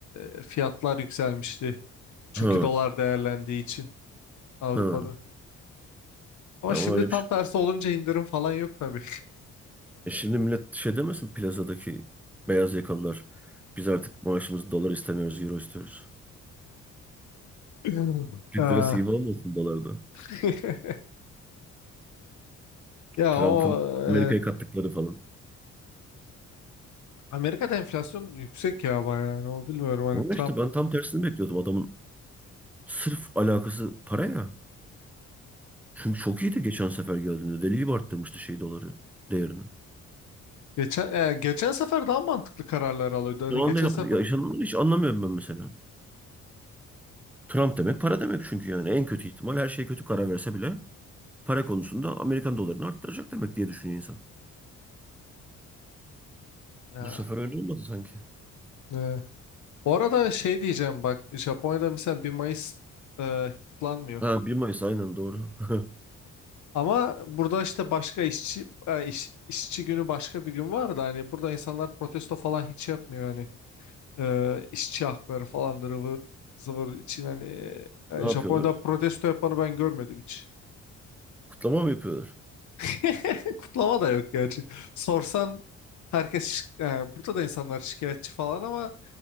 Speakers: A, on the left; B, in the centre.
A: e, fiyatlar yükselmişti. Çünkü
B: Ha
A: dolar değerlendiği için Avrupa'da.
B: ha.
A: Ama
B: Ya
A: şimdi
B: Ama öyle
A: tam
B: bir şey.
A: tersi olunca indirim falan yok tabii.
B: E şimdi millet şey demesin plazadaki beyaz yakalılar. Biz artık maaşımızı dolar istemiyoruz, euro istiyoruz.
A: <laughs>
B: Türk
A: Aa.
B: lirası gibi olmasın dolarda.
A: <laughs> Ya
B: Trump'ın
A: o evet.
B: Amerika'ya kattıkları falan.
A: Amerika'da enflasyon yüksek ya bayağı yani o bilmiyorum hani
B: Ama
A: Trump
B: işte ben tam tersini bekliyordum adamın. Sırf alakası para ya. Çünkü çok iyiydi geçen sefer geldiğinde. Deli gibi arttırmıştı şey doları değerini.
A: geçen e, geçen sefer daha mantıklı kararlar alıyordu. Hani
B: Şu
A: geçen
B: anda yap-
A: sefer
B: yaşananları hiç anlamıyorum ben mesela. Trump demek para demek çünkü yani en kötü ihtimal her şey kötü karar verse bile para konusunda Amerikan dolarını arttıracak demek diye düşünüyor insan.
A: Ha,
B: Bu sefer öyle olmadı sanki.
A: e, bu arada şey diyeceğim bak Japonya'da mesela bir Mayıs e, kutlanmıyor.
B: Ha bir Mayıs aynen doğru. <laughs>
A: Ama burada işte başka işçi e, iş- işçi günü başka bir gün var da hani burada insanlar protesto falan hiç yapmıyor hani. Ee, işçi hakları falan da ıvır zıvır için hani e, yani
B: Ne yapıyorlar?
A: Japonya'da protesto yapanı ben görmedim hiç.
B: Kutlama mı yapıyorlar?
A: <laughs> Kutlama da yok gerçi. Sorsan herkes şi- yani burada da insanlar şikayetçi falan ama